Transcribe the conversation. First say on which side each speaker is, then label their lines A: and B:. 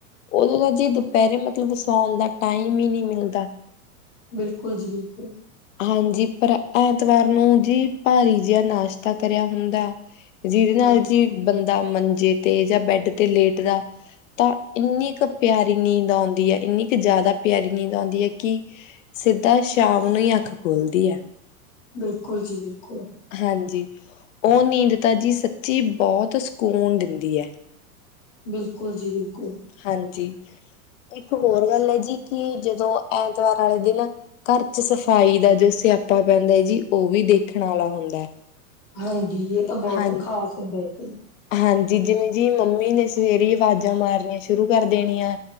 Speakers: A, on the left (about 55°); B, on the left (about 30°).
A: ਓਈ ਨਾ ਜੀ ਦੁਪੈਰੇ ਮਤਲਬ ਸੋਣ ਦਾ ਟਾਈਮ ਈ ਨੀ ਮਿਲਦਾ।
B: ਬਿਲਕੁਲ ਜੀ ਬਿਲਕੁਲ।
A: ਹਾਂਜੀ, ਪਰ ਐਤਵਾਰ ਨੂੰ ਜੀ ਭਾਰੀ ਜਿਆ ਨਾਸ਼ਤਾ ਕਰਿਆ ਹੁੰਦਾ। ਜਿਦੇ ਨਾਲ
B: ਹਾਂ
A: ਜੀ ਬੰਦਾ ਮੰਜੇ ਤੇ ਜਾਂ ਬੈਡ ਤੇ ਲੇਟ ਦਾ ਤਾਂ ਇੰਨੀ ਕ ਪਿਆਰੀ ਨੀਂਦ ਆਉਂਦੀ ਐ ਇੰਨੀ ਕ ਜੈਦਾ ਪਿਆਰੀ ਨੀਂਦ ਔੰਦੀ ਐ ਕਿ ਸਿੱਧਾ ਸ਼ਾਮ ਨੂੰ ਈ ਅੱਖ ਖੂਲਦੀ ਐ।
B: ਬਿਲਕੁਲ ਜੀ ਬਿਲਕੁਲ।
A: ਹਾਂਜੀ, ਓਹ ਨੀਂਦ ਤਾ ਜੀ ਸੱਚੀ ਬੌਤ ਸਕੂਨ ਦਿੰਦੀ ਐ।
B: ਬਿਲਕੁਲ ਜੀ ਬਿਲਕੁਲ।
A: ਹਾਂਜੀ, ਇੱਕ ਹੋਰ ਗੱਲ ਐ ਜੀ ਕਿ ਜਦੋਂ ਐਤਵਾਰ ਆਲੇ ਦਿਨ ਘਰ ਚ ਸਫ਼ਾਈ ਦਾ ਜੋ ਸਿਆਪਾ ਪੈਂਦਾ ਹੈ ਜੀ, ਉਹ ਵੀ ਦੇਖਣ ਵਾਲਾ ਹੁੰਦਾ ਹੈ
B: ਹਾਂਜੀ ਇਹ ਤਾਂ ਬਹੁਤ
A: ਹਾਂਜੀ
B: ਖ਼ਾਸ ਹੁੰਦਾ ਇੱਕ ਹੀ
A: ਹਾਂਜੀ ਜਿਵੇਂ ਜੀ ਮੰਮੀ ਨੇ ਸਵੇਰੇ ਆਵਾਜ਼ਾਂ ਮਾਰਨੀਆਂ ਸ਼ੁਰੂ ਕਰ ਦੇਣੀਆਂ